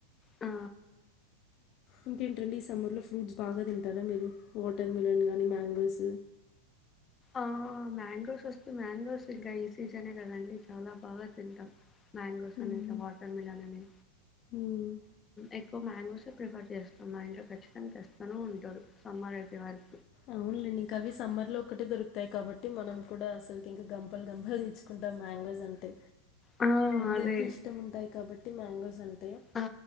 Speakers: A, on the left; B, on the left.
A: ఆ
B: ఇంకేంటండి ఈ సమ్మర్లో ఫ్రూట్స్ బాగా తింటారా మీరు వాటర్ మిలన్ కానీ మ్యాంగోస్
A: ఆ మ్యాంగోస్ వస్తే మ్యాంగోస్ ఇంకా ఈ సీజనే కదండి చాలా బాగా తింటాం మ్యాంగోస్
B: ఉమ్,
A: అని ఇంకా వాటర్మిలన్ అనీ
B: ఉమ్.
A: ఇ మంగోసే ప్రిఫర్ చేస్తాం మా ఇంట్లో ఖచ్చితంగా తేస్తూనే ఉంటారు సమ్మర్ అయిపోయే వారకు
B: అవునులే ఇంక అవి సమ్మర్ లో ఒక్కటే దొరూకుతాయి తాయి కాబట్టి మనం కూడా అసలుకి ఇంకా గంపలు గంపలు తెచ్చుకుంటాం మ్యాంగోస్ అంటే
A: ఆ!
B: అందరికి
A: అదే.
B: ఇష్టం ఉంటాయి కాబట్టి మ్యాంగోస్ అను
A: ఆ